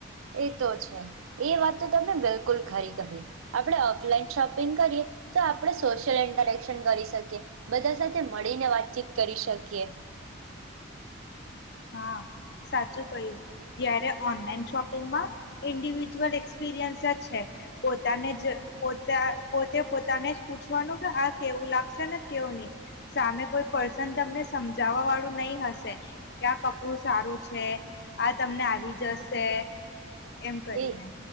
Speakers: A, on the right; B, on the left.
A: એ તો છે એ વાત તમે બિલકુલ ખરી કહી આપણે ઓફલાઈન શોપિંગ કરીએ તો આપણે સોશિયલ ઇન્ટરેક્શન કરી શકીએ બધા સાથે મળીને વાતચીત કરી શકીએ.
B: હા સાચું કય્યું. ત્યારે ઓનલાઈન શોપિંગમાં ઇન્ડિવિજ્યુઅલ એક્સપિરિયન્સ જ છે પોતાને જ પો પોતે પોતાને જ પૂછવાનું કે આ કેવું લાગશે ને કેવું નહી સામે કોઈ પર્સન તમને સમજાવવા વાળું નહી હશે. ક્યાં કપડું સારું છે, આ તમને આવી જશે. એમ કરીને.
A: એ